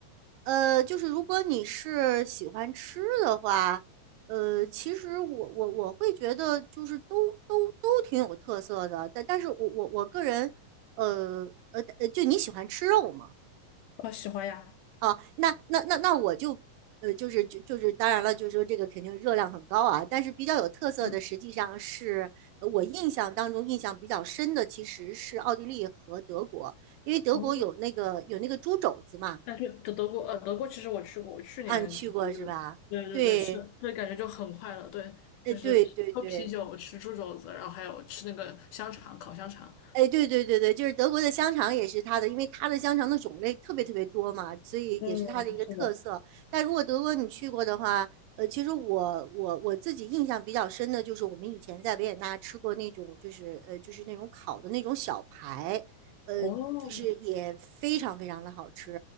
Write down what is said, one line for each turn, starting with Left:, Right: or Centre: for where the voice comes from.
Right: 呃，就是如果你是喜欢吃的话，呃，其实我我我会觉得就是都都都挺有特色的，但但是我我我个人，呃呃呃，就你喜欢吃肉吗？
Left: 我喜欢呀，
Right: 哦，那那那那我就，呃，就是就就是当然了，就是说这个肯定热量很高啊，但是比较有特色的，
Left: 嗯，
Right: 实际上是呃我印象当中印象比较深的，其实是奥地利和德国，因为德国有那个有那个猪肘子嘛，
Left: 哦，但是德德国呃德国其实我去过，我去年就是对对对是，
Right: 啊，你去过是吧？对，
Left: 对感觉就很快乐，对，
Right: 呃，
Left: 就是喝啤酒、
Right: 对对对。
Left: 吃猪肘子，然后还有吃那个香肠，烤香肠。
Right: 哎，对对对对，就是德国的香肠也是它的，因为它的香肠的种类特别特别多嘛，所以也是它的一个特色。
Left: 嗯，是的。
Right: 但如果德国你去过的话，呃，其实我我我自己印象比较深的就是我们以前在维也纳吃过那种，就是呃就是那种烤的那种小排，呃，
Left: 哦，
Right: 就是也非常非常的好吃